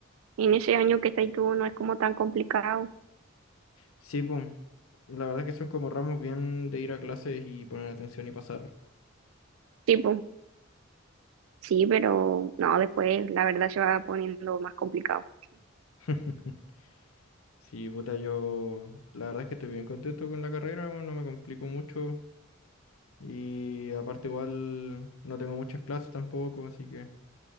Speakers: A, on the right; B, on the left.
A: En ese año que estás tú no es como tan complicado.
B: Sí, pues, la verdad que son como ramos bien de ir a clases y poner atención y pasar.
A: sí Tipo, sí, pero no, después la verdad se va poniendo más complicado.
B: <laughs> Sí, puta, yo la verdad es que estoy bien contento con la carrera, bueno, no me complico mucho y aparte igual no tengo muchas clases tampoco, así que...